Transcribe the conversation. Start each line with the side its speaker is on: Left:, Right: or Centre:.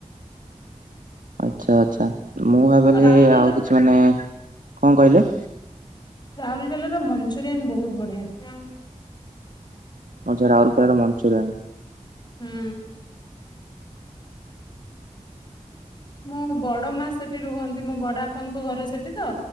Right: ଆଚ୍ଛା ଆଚ୍ଛା ମୁଁ ଭାବିଲି
Left: ଆଉ ରାଉରକେଲାର
Right: ଆଉ କିଛି ମାନେ କଣ କହିଲେ?
Left: ରାଉଲକେଲାର ମଞ୍ଚୁରିଆନ ବହୁତ ବଢିଆ।
Right: ଆଚ୍ଛା ରାଉଲକେଲାର ମଞ୍ଚୁରିଆନ।
Left: ହୁଁ। ମୁଁ ବଡ ମା ସେଠି ରୁହନ୍ତି ମୋ ବଡ ବାପା ଙ୍କ ଘର ସେଠି ତ